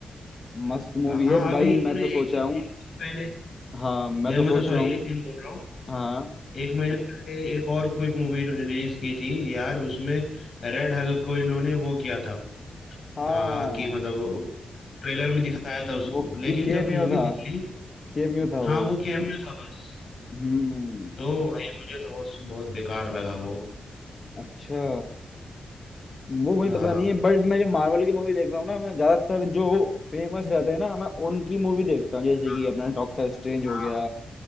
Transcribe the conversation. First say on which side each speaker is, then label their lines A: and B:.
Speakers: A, on the left; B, on the left.
A: मस्त मूवी
B: हाँ
A: है भाई
B: अभी इन्होंने
A: मैं तो
B: एक
A: सोचा
B: दिन
A: हूँ
B: एक दिन पहले
A: हाँ मैं
B: ए,
A: तो
B: मतलब
A: सोचा
B: सॉरी
A: हूँ
B: एक दिन बोल रहा हूँ
A: हाँ
B: एक महीने पहले एक और कोई मूवी रिलीज की थी यार उसमें रेड हल्क को इन्होंने वो किया था
A: हाँ
B: आ, कि मतलब ट्रेलर में दिखाया था उसको
A: वो
B: लेकिन
A: की केमियो
B: जब मूवी
A: था
B: निकली
A: केमियो था
B: हाँ
A: वो
B: वो कैमियो था बस
A: हम्म
B: तो भाई मुझे तो बहुत बहुत बेकार लगा वो
A: अच्छा वो मुझे
B: हाँ
A: पता नहीं है बट मैं जो मार्वल की मूवी देखता हूँ ना मैं ज्यादातर जो फेमस रहते हैं ना मैं उनकी मूवी देखता हूँ जैसे
B: हाँ
A: कि अपना डॉक्टर स्ट्रेंज
B: हाँ,
A: हो गया